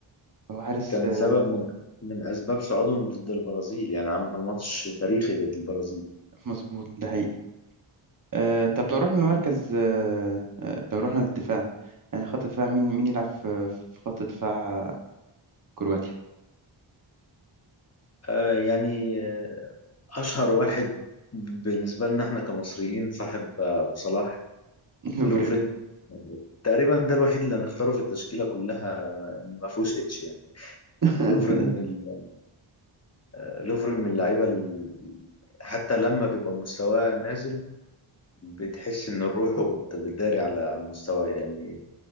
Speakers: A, on the right; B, on the left.
A: هو حارس
B: كان
A: آه،
B: سبب من من أسباب صعودهم ضد البرازيل يعني عمل ماتش تاريخي ضد البرازيل
A: مظبوط ده حقيقي آه طب لو رحنا لمركز آه آه، لو رحنا للدفاع يعني خط دفاع مين مين يلعب في في خط دفاع كرواتيا
B: آه يعني آه، أشهر واحد بالنسبة لنا احنا كمصريين صاحب آه، أبو صلاح
A: <laughs> لوفرين
B: لوفرين تقريبا ده الوحيد اللي هنختاره في التشكيله كلها ما فيهوش اتش يعني
A: <laughs>
B: لوفرين من ال... لوفرين من اللعيبه ال- حتى لما بيبقى مستواه نازل بتحس ان روحه بت- بتداري على على المستوى يعني